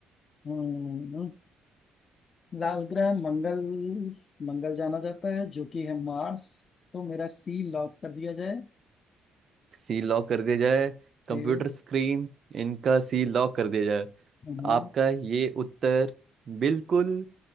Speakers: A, on the left; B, on the right.
A: हम्म। लाल ग्रह मंगल मंगल जाना जाता है जो कि है मार्स तो मेरा सी लॉक कर दिया जाए
B: सी लॉक कर दिया जाए कंप्यूटर
A: ए,
B: स्क्रीन इनका सी लॉक कर दिया जाए
A: हम्म,
B: आपका ये उत्तर बिल्कुल